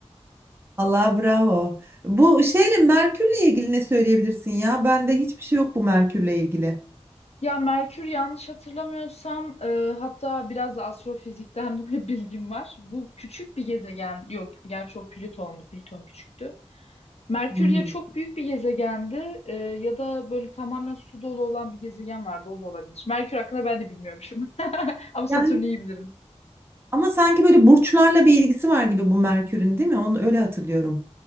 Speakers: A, on the right; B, on the left.
A: Allah bravo. Bu şeyle Merkür'le ilgili ne söyleyebilirsin ya? Bende hiçbir şey yok bu Merkür'le ilgili.
B: Ya Merkür yanlış hatırlamıyorsam e, hatta biraz da astrofizikten <laughs> bilgim var. Bu küçük bir gezegen yok gerçi o Plüton'du Plüton küçüktü. Merkür
A: Hı hı.
B: ya çok büyük bir gezegendi e, ya da böyle tamamen su dolu olan bir gezegen vardı o da olabilir. Merkür hakkında ben de bilmiyormuşum <laughs> ama Satürn'ü
A: Yani
B: iyi bilirim.
A: ama sanki böyle burçlarla bir ilgisi var gibi bu Merkür'ün değil mi? Onu öyle hatırlıyorum.